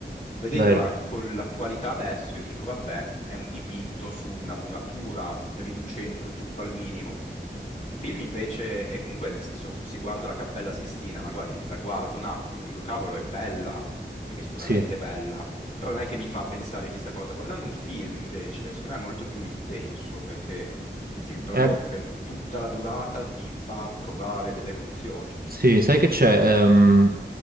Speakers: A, on the left; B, on the right.
A: Vedendola
B: vero,
A: con l'attualità adesso, io dico, vabbè, è un dipinto su una muratura, riducendo il tutto al minimo. Un film invece, e comunque nel senso, se guardo la Cappella Sistina, magari la guardo un attimo, dico, cavolo, è bella, perché sicuramente
B: sì.
A: è bella, però non è che mi fa pensare a chissà cosa. Guardando un film, invece, secondo me è molto più intenso, perché il film proprio
B: Eh,
A: per tutta la durata ti fa provare delle emozioni.
B: sì, sai che c'è? Ehm,